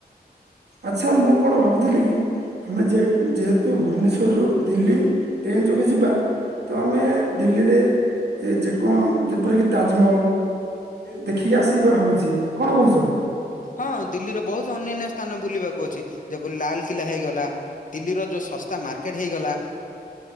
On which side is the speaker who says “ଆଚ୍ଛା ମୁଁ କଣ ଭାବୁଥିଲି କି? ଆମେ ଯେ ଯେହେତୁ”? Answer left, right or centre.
Right